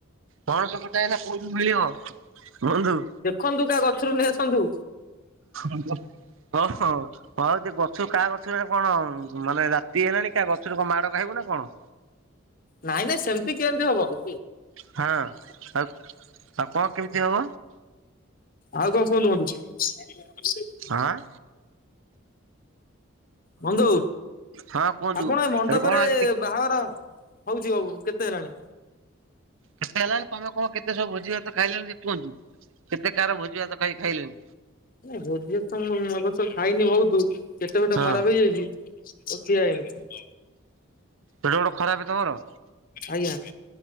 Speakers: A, on the right; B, on the left.
A: ପଣସ କଠା ଏଇନା କୋଉଠୁ ମିଳିବ? ବନ୍ଧୁ
B: ଖନ୍ତୁ କା ଗଛରୁ ନେଇ ଆସନ୍ତୁ।
A: ଆଜ୍ଞା ଓ ହୋ ହଁଯେ ଗଛରୁ କାହା ଗଛରେ କଣ ମାନେ ରାତି ହେଲାଣି କା ଗଛରୁ କଁ ମାଡ଼ ଖାଇବୁ ନା କଣ?
B: ନାଇଁ ନାଇଁ ସେମିତି କେମିତି ହବ? <inaudible>
A: ହଁ ଆଉ ଆଉ କଣ କେମିତି ହବ
B: ଆଉ କଁ ସୁହନ୍ତୁ ବନ୍ଧୁ?
A: ଅ ଆଁ
B: ବନ୍ଧୁ
A: ହଁ କୁହନ୍ତୁ।
B: ଆପଣ ମଣ୍ଡପରେ
A: ଆରେ କଣ ଆଜି କେ
B: ବାହାଘର ହଉଚି ଆଉ କେତେ ହେଲାଣି?
A: କେତେ ହେଲାଣି ତମେ କଁ କେତେ ସବୁ ଭୋଜି ଭାତ ଖାଇଲେଣି ସେ କୁହନ୍ତୁ? କେତେ କାହାର ଭୋଜି ଭାତ ଖାଇ ଖାଇଲେଣି?
B: ନାଁ ଯୋଦୀ ଭାତ ମୁଁ ଏ ବର୍ଷ ଖାଇନି ବହୁତ ପେଟ ଫେଟ
A: ହଁ
B: ଖରାପ ହେଇଯାଇଚି <inaudible>
A: ପେଡ୍ଡ ଖରାପ ତମର?
B: ଆଜ୍ଞା।